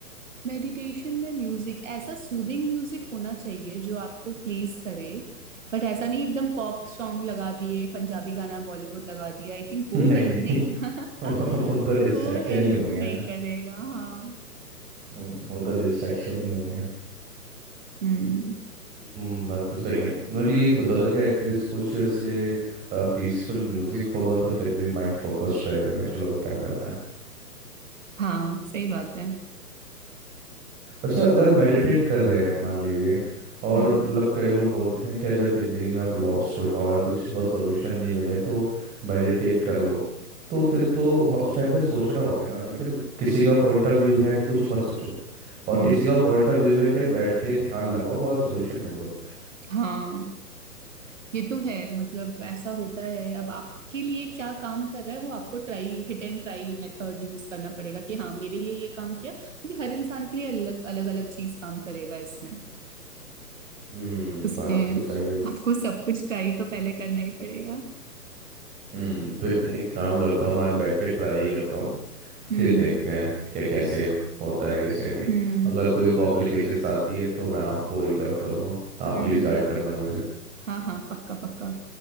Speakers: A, on the right; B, on the right.
A: मेडिटेशन में म्यूजिक ऐसा सूदिंग म्यूजिक होना चाहिए जो आपको प्लीज करे बट ऐसा नहीं एकदम पॉप सॉन्ग लगा दिए पंजाबी गाना बॉलीवुड लगा दिया आई थिंक वो
B: नहीं
A: हेल्प
B: नहीं
A: नहीं <laughs>
B: <laughs> वो तो डिस्ट्रैक्शन
A: वो हेल्प
B: ही हो गया
A: नहीं
B: ना
A: करेगा हाँ
B: हम्म, वो तो डिस्ट्रैक्शन ही हो गया
A: हम्म
B: हम्म बात तो सही है मैं भी यही सोचा था कि एटलीस्ट कुछ से पीसफुल म्यूजिक होगा तो फिर भी माइंड फोकस्ड रहेगा कि चलो क्या करना है
A: हाँ सही बात है
B: अच्छा अगर मेडिटेट कर रहे हैं मान लीजिए और
A: हम्म हम्म
B: मतलब कई लोग बोलते हैं क्या जब ज़िंदगी में आप लॉस्ट हो जाओ या कुछ चीज़ का सोल्यूशन नहीं मिले तो मेडिटेट कर लो तो फिर तो वो- उस टाइम पे सोचना हो गया ना लेकिन किसी का पॉइंट ऑफ व्यू है कि कुछ मत सोचो और
A: हम्म,
B: किसी का पॉइंट ऑफ व्यू है कि बैठ के ध्यान लगाओ और सोल्यूशन ढूंढो
A: हाँ ये तो है मतलब ऐसा होता है अब आपके लिए क्या काम कर रहा है वो आपको try hit and try method use करना पड़ेगा कि हाँ मेरे लिए ये काम किया क्योंकि हर इंसान के लिए अलग अलग अलग चीज काम करेगा इसमें
B: हम्म
A: उसमें
B: बात तो सही है
A: आपको सब कुछ ट्राई तो पहले करना ही पड़ेगा
B: हम्म तो एक काम करता हूँ मैं आज बैठ के ट्राई करता हूँ
A: हम्म
B: फिर देखते हैं क्या कैसे होता है कैसे नहीं
A: हम्म
B: अगर कोई कॉम्प्लिकेशंस आती है तो मैं आपको रीच आउट करूँगा आप
A: हम्म
B: प्लीज़
A: हम्म
B: गाइड करना मुझे
A: हाँ हाँ पक्का पक्का